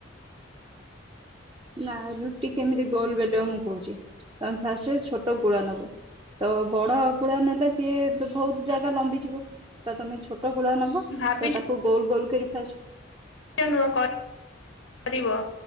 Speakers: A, on the right; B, on the left.
A: ନା ରୁଟି କେମିତି ଗୋଲ ବେଲିବ ମୁଁ କହୁଛି ତମେ ଫାଷ୍ଟରେ ଛୋଟ ଗୁଳା ନବ। ତ ବଡ ଗୁଳା ନେଲେ ସିଏ ବହୁତ ଜାଗା ଲମ୍ବିଯିବ ତ ତମେ ଛୋଟ ଗୁଳା ନବ।
B: ଭାବିଚ
A: ତ ତାକୁ ଗୋଲ ଗୋଲ କରିକି ଫାଷ୍ଟ
B: <inaudible> କରିବ